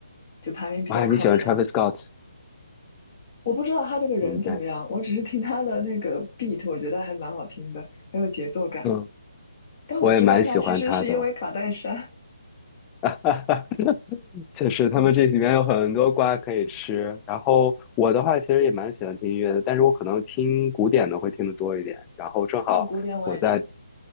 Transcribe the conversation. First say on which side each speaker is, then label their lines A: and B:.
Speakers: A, on the left (about 40°); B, on the left (about 15°).
A: 就排名比较靠前。
B: 哇，你喜欢 Travis Scott，
A: 我不知道他这个人怎么样，
B: 明白？
A: 我只是听他的那个 beat，我觉得还蛮好听的，很有节奏感。
B: 嗯，
A: 但我知道他其实是因为卡戴珊
B: 我也蛮喜欢他的。<laughs> 确实，他们这里面有很多瓜可以吃。
A: <laughs>。
B: 然后我的话，其实也蛮喜欢听音乐的，但是我可能听古典的会听得多一点。然后正好我在，
A: 啊，古典我也听，